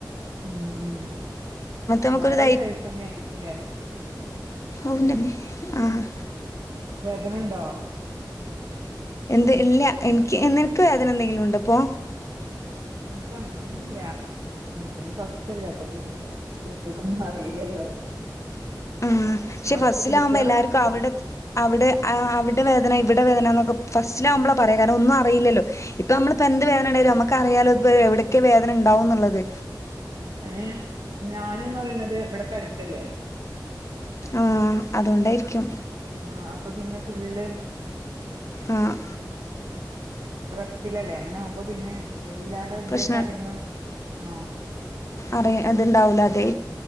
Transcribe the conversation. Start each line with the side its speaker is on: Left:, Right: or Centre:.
Right: ഉം ഉം
Left: നമുക്കൊരു
Right: വേറൊരു <unintelligible> തന്നെയരിക്കൂലേ
Left: ഔന്റെമ്മേ ആഹ്
Right: വേദന ണ്ടോ
Left: എന്ത് ഇല്ല എനിക്ക് നിനക്ക് വേദന എന്തെങ്കിലും ഉണ്ടോ ഇപ്പൊ
Right: ഇൻക്ക് അങ്ങനെയൊന്നുംല്ല ഇ നിക്കിന് ഫസ്റ്റ്ല്ലേ അപ്പൊ പിന്നെ കൂടുതലൊന്നും അറിയില്ലല്ലോ
Left: ഉം ശേ
Right: കൊളത്തി
Left: ഫസ്റ്റില
Right: പിടിക്കുക
Left: ആകുമ്പോ എല്ലാർക്കും അവിടെ അവിടെ വേദന ഇവിടെ വേദന എന്നൊക്കെ ഫസ്റ്റിലാവുബള്ള പറയാം കാരണം ഒന്നും അറില്ലോ ഇപ്പ നമ്മൾിപ്പോ എന്ത് വേദന ഉണ്ടാലോ നമുക്ക അറിയാലോ ഇ എവിടക്കെ വേദന ഉണ്ടാവും എന്നുള്ളത്
Right: അന ഞാനന്ന് പറയണത് ഇവിടക്ക കടക്കല്ലേ
Left: ആഹ അതൊണ്ടായിരിക്കും
Right: ആ അപ്പൊ പിന്നെ ഫുള്ള്
Left: ആ
Right: റെസ്റ്റിലല്ലേ അങ്ങനെ ആകുമ്പോ പിന്നെ വല്ലാതെ വലിയ
Left: പ്രശ്ന
Right: കാര്യങ്ങളും ആ
Left: അറിയ ഇത്ണ്ടാവൂല അതെ